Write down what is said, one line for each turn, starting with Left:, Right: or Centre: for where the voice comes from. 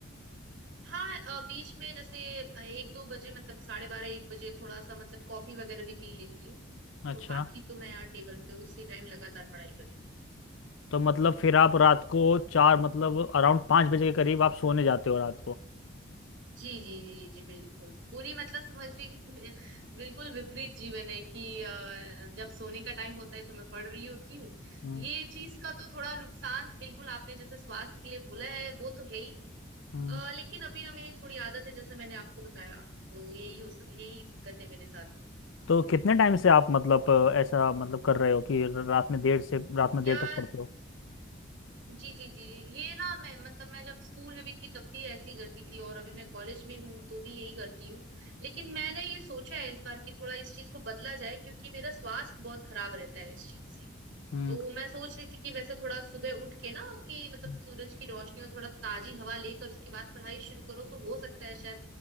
Right: हाँ अ, बीच में जैसे अ, एक दो बजे मतलब साढ़े बारह एक बजे थोड़ा सा मतलब कॉफी वगैरह भी पी लेती हूँ
Left: अच्छा
Right: तो बाकी तो मैं यार टेबल पे उसी टाइम लगातार पढ़ाई करती हूँ
Left: तो मतलब फिर आप रात को चार मतलब अराउंड पाँच बजे के करीब आप सोने जाते हो रात
Right: जी जी जी जी बिल्कुल पूरी मतलब समझ लीजिए <laughs> बिल्कुल विपरीत जीवन है कि अ, जब सोने का टाइम होता है तो मैं पढ़ रही होती हूँ
Left: को
Right: ये चीज का तो थोड़ा नुकसान बिल्कुल आपने जैसे स्वास्थ्य के लिए बोला है वो तो है ही
Left: हम्म,
Right: अ, लेकिन अभी ना मेरी थोड़ी आदत है जैसे मैंने आपको बताया तो यही हो यही दिक्कत है मेरे साथ
Left: तो कितने टाइम से आप मतलब अ, ऐसा मतलब कर रहे हो कि रात में देर से रात में देर
Right: यार
Left: तक पढ़ते हो
Right: जी जी जी जी। ये ना मैं मतलब मैं जब स्कूल में भी थी तब भी ऐसे ही करती थी और अभी मैं कॉलेज में हूँ तो भी यही करती हूँ लेकिन मैंने ये सोचा है इस बार कि थोड़ा इस चीज को बदला जाए क्योंकि मेरा स्वास्थ्य बहुत खराब रहता है इस चीज से
Left: हम्म
Right: तो मैं सोच रही थी कि वैसे थोड़ा सुबह उठ के ना कि मतलब
Left: हम्म,
Right: सूरज की रोशनी और थोड़ा ताजी हवा लेकर उसके बाद पढ़ाई शुरू करो तो हो सकता है शायद